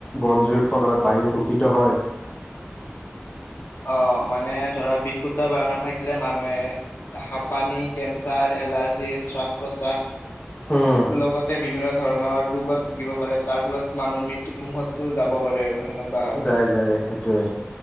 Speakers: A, on the left; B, on the left.
A: বন জুইৰ ফলত বায়ু দূষিত হয়।
B: অ মানে ধৰা বিশুদ্ধ বায়ু নাথাকিলে মানুহে হাপানি, কেঞ্চাৰ, এলাৰ্জি, শ্বাস প্ৰশ্বাস
A: উম,
B: লগতে বিভিন্ন ধৰণৰ ৰোগত ভুগিব পাৰে তাৰ ফলত মানুহ মৃত্যুৰ মুখতো যাব পাৰে আৰু সেনেকুৱা হয়।
A: যাই যায় সেইটোৱে